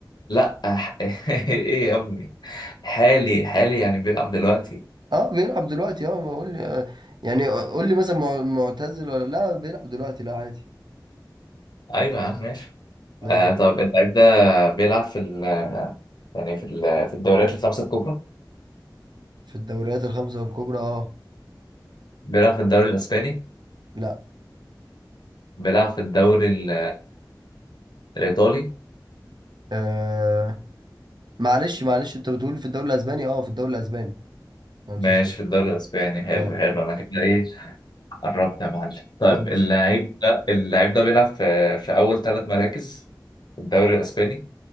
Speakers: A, on the left; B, on the right.
A: لا ح- <laughs> ايه يا ابني حالي حالي يعني بيلعب دلوقتي
B: اه بيلعب دلوقتي اه ما قول لي يعني قول لي مثلا مع- معتزل ولا لا بيلعب دلوقتي لا عادي
A: ايوه يا عم ماشي
B: ماشي
A: آه طب اللعيب ده بيلعب في ال يعني في ال في الدوريات الخمسة الكبرى
B: في الدوريات الخمسة والكبرى اه
A: بيلعب في الدوري الاسباني
B: لا
A: بيلعب في الدوري ال- الايطالي
B: آه معلش معلش انت بتقول في الدوري الاسباني اه في الدوري الاسباني خمسة
A: ماشي
B: صفر
A: في الدوري الاسباني حلو
B: اه
A: حلو انا كده ايه قربت يا معلم طيب
B: ماشي
A: اللعيب ده اللعيب ده بيلعب في في اول ثلاث مراكز في الدوري الاسباني